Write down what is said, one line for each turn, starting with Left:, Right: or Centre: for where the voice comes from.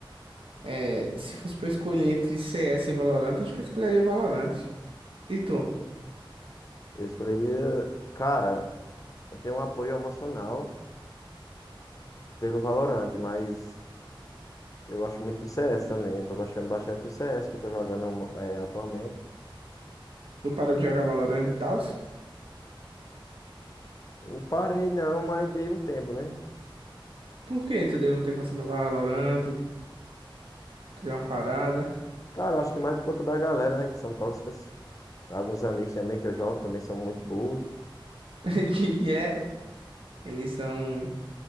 Right: é, se fosse pra eu escolher entre CS e Valorant, acho que eu escolheria Valorant. E tu?
Left: Eu escolheria. Cara, eu tenho um apoio emocional pelo Valorant, mas eu gosto muito do CS também. Eu tô gostando bastante do CS que eu tô jogando, é, atualmente.
Right: Tu parou de jogar Valorant e tal?
Left: Não parei, não, mas dei um tempo, né?
Right: Por que tu deu um tempo assim no Valorant, tu deu uma parada?
Left: Cara, eu acho que mais por conta da galera, né, que são tóxicas. Alguns amigos também que eu jogo também são muito burros.
Right: <laughs> Que é, eles são